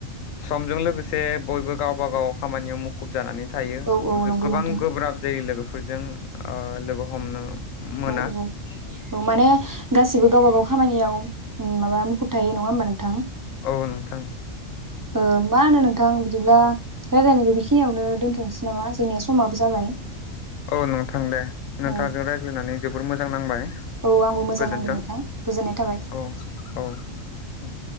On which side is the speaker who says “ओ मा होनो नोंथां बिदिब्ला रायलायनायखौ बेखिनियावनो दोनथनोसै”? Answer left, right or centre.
Right